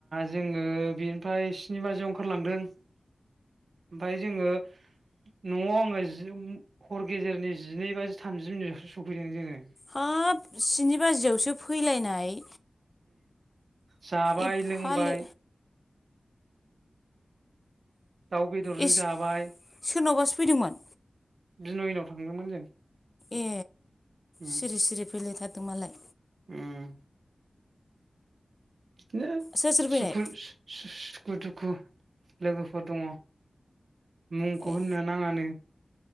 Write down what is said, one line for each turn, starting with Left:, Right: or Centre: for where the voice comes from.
Right: जोङो बेनिफ्राय स्नि बाजियाव ओंखारलांदों ओमफाय जोङो न'आव आङो जि हर गेजेरनि जिनै बाजि थामजि मिनिटआव सफैदों जोङो।
Left: हाब स्नि बाजियावसो फैलायनाय
Right: जाबाय
Left: एफा
Right: लोंबाय
Left: ले
Right: दाउ बेदरजों
Left: ए
Right: जाबाय
Left: सोरनावबासो फैदोंमोन
Right: बिनयनाव थांदोंमोन जों।
Left: ए
Right: उम
Left: सिरि सिरि फैलायथारदों मालाय।
Right: उम इदिनो
Left: सोर सोर फैनाय
Right: सुखुुर सु-सु सुखु दुखु लोगोफोर दङ। मुंखौ
Left: ए
Right: होननो नाङानो।